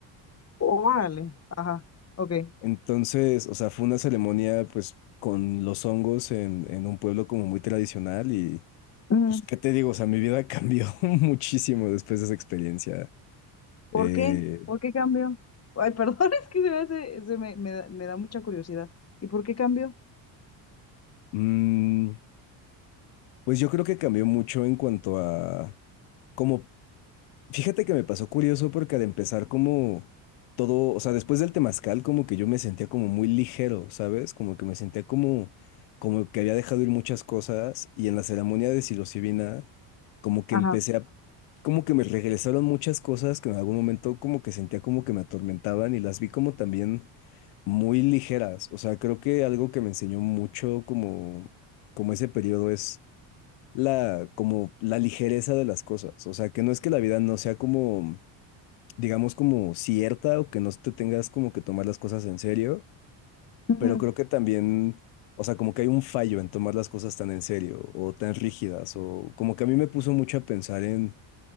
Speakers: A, on the left; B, on the left.
A: Órale. Ajá. Ok.
B: Entonces, o sea, fue una ceremonia pues con los hongos en, en un pueblo como muy tradicional y
A: Ujú.
B: pues, ¿qué te digo? O sea, mi vida cambió <laughs> muchísimo después de esa experiencia. eh,
A: ¿Por qué? ¿Por qué cambió? Ay, perdón, <laughs> es que se me hace, se me, me da, me da mucha curiosidad. ¿Y por qué cambió?
B: Mm, pues yo creo que cambió mucho en cuanto a, como, fíjate que me pasó curioso porque al empezar como todo, o sea, después del temazcal como que yo me sentía como muy ligero, ¿sabes? Como que me sentía como, como que había dejado ir muchas cosas y en la ceremonia de psilocibina como que
A: Ajá.
B: empecé a, como que me regresaron muchas cosas que en algún momento como que sentía como que me atormentaban y las vi como también muy ligeras, o sea, creo que algo que me enseñó mucho como, como ese periodo es la, como la ligereza de las cosas. O sea, que no es que la vida no sea como, digamos, como cierta o que no te tengas como que tomar las cosas en serio,
A: Ujú.
B: pero creo que también, o sea, como que hay un fallo en tomar las cosas tan en serio o tan rígidas o como que a mí me puso mucho a pensar en